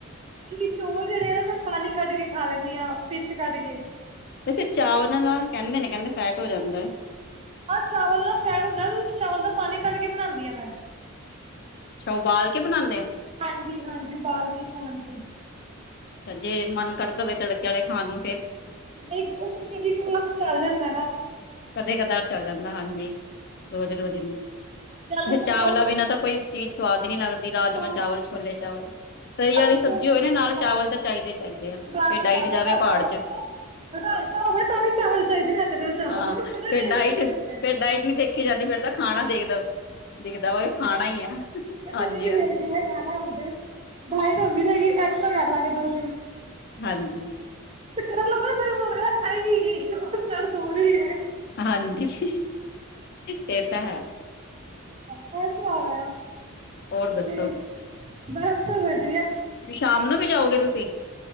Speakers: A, on the right; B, on the left.
A: ਕਿ ਚੋਲ ਜਿਹੜੇ ਆ ਨਾ ਮੈਂ ਪਾਣੀ ਕੱਢ ਕੇ ਖਾ ਲੈਂਦੀ ਹਾਂ ਪਿੱਛ ਕੱਢ ਕੇ
B: ਵੈਸੇ ਚਾਅ ਉਹਨਾਂ ਨਾਲ ਕਹਿੰਦੇ ਨੇ ਕਹਿੰਦੇ ਫੈਟ ਹੋ ਜਾਂਦਾ ਹੈ
A: ਆਹ ਚਾਵਲ ਦਾ ਫੈਡ ਹੁੰਦਾ ਚਾਵਲ ਦਾ ਪਾਣੀ ਕੱਟ ਕੇ ਬਣਾਉਂਦੀ ਹ ਮੈਂ
B: ਅੱਛਾ ਉਹਬਾਲ ਕੇ ਬਣਾਉਂਦੇ ਹੋ
A: ਹਾਂਜੀ ਹਾਂਜੀ ਬਾਹਾਲ ਕੇ ਖਾਣ ਤੇ
B: ਜੇ ਮਨ ਕਰਦਾ ਹੋਵੇ ਤੜਕੇ ਵਾਲੇ ਖਾਣ ਨੂੰ ਫੇਰ
A: ਉਹ ਫਿਰ ਕਦੀ ਕੁ ਚੱਲ ਜਾਂਦਾ ਨਾ।
B: ਕਦੇ ਕਧਾਰ ਚੱਲ ਜਾਂਦਾ ਹਾਜੀ ਰੋਜ਼ ਰੋਜ਼ ਨੀ।
A: ਜਾਂ ਤਾਂ ਮੈਂ
B: ਚਾਵਲਾ
A: ਚਾਵਲ
B: ਬਿਨਾਂ ਤਾਂ ਕੋਈ ਕੀ ਸਵਾਦ ਨੀ ਲੱਗਦੀ ਰਾਜਮਾਂ
A: ਸਵਾਦ
B: ਚਾਵਲ
A: ਹੀ ਨਹੀਂ
B: ਛੋਲੇ ਚਾਵਲ ਤਰੀ
A: ਲੱਗਦੇ
B: ਵਾਲੀ ਸਬਜ਼ੀ
A: ਜੋ ਮਰਜ਼ੀ
B: ਹੋਵੇ ਨਾ ਨਾਲ
A: ਬਣਾ
B: ਚਾਵਲ ਤਾਂ ਚਾਹੀਦੇ ਚਾਹੀਦੇ ਆ
A: ਬਸ
B: ਫਿਰ ਡਾਇਟ
A: ਬਸ
B: ਜਾਵੇ
A: ਰਾਇਤਾ
B: ਪਹਾੜ
A: ਹੋਵੇ
B: ਚ।
A: ਨਾ ਰਾਇਤਾ ਹੋਵੇ ਤਾਂ ਵੀ ਚਾਵਲ ਚਾਹੀਦੇ ਰਾਇਤੇ ਨਾਲ ਚਾਵਲ
B: ਹਾਂ
A: ਮੈਨੂੰ ਬੜੇ
B: ਫਿਰ
A: ਟੇਸਟੀ
B: ਡਾਈਟ,
A: ਲੱਗਦੇ ਆ
B: ਫਿਰ ਡਾਈਟ ਨੀ ਦੇਖੀ ਜਾਂਦੀ ਫੇਰ ਤਾਂ ਖਾਣਾ ਦੇਖਦਾ ਦਿਖਦਾ ਵਾ ਖਾਣਾ ਹੀ ਆ। ਹਾਂਜੀ-ਹਾਂਜੀ,
A: ਏਹੀ ਦੇਖਦੇ ਆ ਖਾਣਾ ਹੁੰਦਾ ਏ। ਡਾਈਟ ਹੁੰਦੀ ਨੀ ਹੈਗੀ ਐਕਸਟਰਾ ਫੇਰ ਕਰ ਲਾਗੇ ਦੋ ਤਿੰਨ
B: ਹਾਂਜੀ
A: ਫੇਰ ਕਰਨ ਲਗੋ ਫਿਰ ਮਨ ਕਰਦਾ ਆਈ ਏ ਦਰਦ ਹੋ ਰੀ ਏ।
B: ਹਾਂਜੀ ਇਹ ਤਾਂ ਹੈ।
A: <inaudible>
B: ਹੋਰ ਦੱਸੋ
A: ਤੇ ਬਸ ਵਧੀਆ।
B: ਤੇ ਸ਼ਾਮ ਨੂੰ ਵੀ ਜਾਓਗੇ ਤੁਸੀਂ